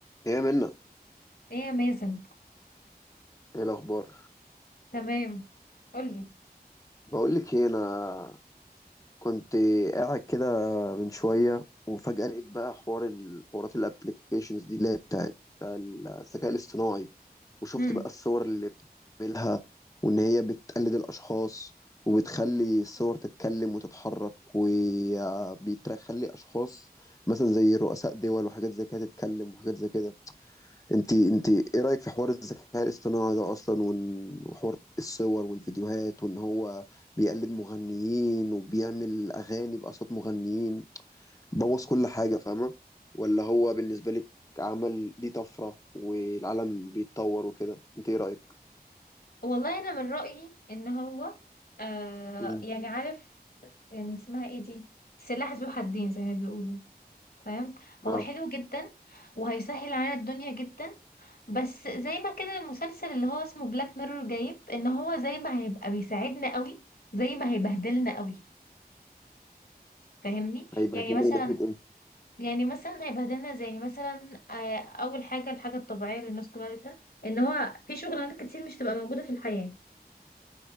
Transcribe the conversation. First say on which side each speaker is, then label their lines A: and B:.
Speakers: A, on the left (about 20°); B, on the left (about 70°).
A: ايه منا
B: ايه يا مازن
A: ايه الاخبار
B: تمام قولي
A: بقول لك ايه انا كنت قاعد كده من شويه وفجاه لقيت بقى حوار الحوارات الابلكيشنز دي اللي هي بتاعت الذكاء الاصطناعي وشفت
B: امم
A: بقى الصور اللي بتعملها وان هي بتقلد الاشخاص وبتخلي الصور تتكلم وتتحرك وبيخلي اشخاص مثلا زي رؤساء دول وحاجات زي كده تتكلم وحاجات زي كده انت انت ايه رأيك في حوار الذكاء الاصطناعي ده اصلا وال- وحوار الصور والفيديوهات وان هو بيقلد مغنيين وبيعمل اغاني باصوات مغنيين بوظ كل حاجة فاهمة ولا هو بالنسبة لك عمل دي طفرة والعالم بيتطور وكده انت ايه رأيك
B: والله انا من رأيي ان هو آه
A: مم.
B: يعني عارف يعني اسمها ايه دي سلاح ذو حدين زي ما بيقولوا فاهم هو
A: اه
B: حلو جدا وهيسهل علينا الدنيا جدا بس زي ما كده المسلسل اللي هو اسمه بلاك ميرور جايب ان هو زي ما هيبقى بيساعدنا قوي زي ما هيبهدلنا قوي فاهمني
A: هيبهدلنا
B: يعني مثلا
A: من ناحية ايه
B: يعني مثلا هيبهدلنا زي يعني مثلا آه، اول حاجه الحاجه الطبيعيه اللي الناس كلها قالتها ان هو في شغلانات كتير مش تبقى موجوده في الحياه